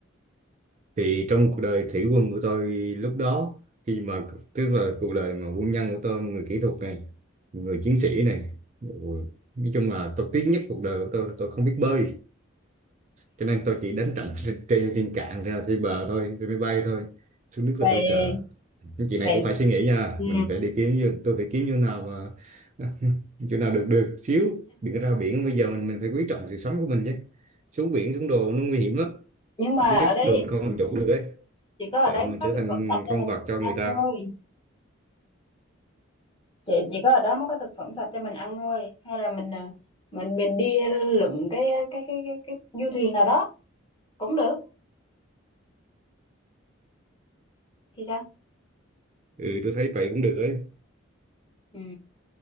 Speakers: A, on the right; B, on the left.
A: thì trong cuộc đời thủy quân của tôi lúc đó khi mà tức là cuộc đời mà quân nhân của tôi người kỹ thuật này người chiến sĩ này ôi, nói chung là tôi tiếc nhất cuộc đời của tôi là tôi không biết bơi cho nên tôi chỉ đánh trận trên trên trên cạn ra trên bờ thôi trên máy bay thôi xuống nước là
B: vậy
A: tôi sợ nhưng chị này
B: vậy
A: cũng phải suy nghĩ nha
B: ừ.
A: mình phải đi kiếm như tôi phải kiếm như nào mà <laughs> chỗ nào được được xíu đừng có ra biển bây giờ mình mình phải quý trọng sự sống của mình chứ xuống biển xuống đồ nó nguy hiểm lắm
B: nhưng mà
A: đi nước
B: ở đây
A: đồ mình không làm chủ được ấy
B: chỉ có
A: sợ
B: ở đấy
A: mình
B: mới có
A: trở
B: thực
A: thành
B: phẩm sạch cho
A: con
B: mình
A: vật cho
B: ăn
A: người ta
B: thôi chị chỉ có ở đó mới có thực phẩm sạch cho mình ăn thôi hay là mình à, mình mình đi lượm cái cái cái cái cái du thuyền nào đó cũng được thì sao
A: ừ tôi thấy vậy cũng được ấy
B: ừ.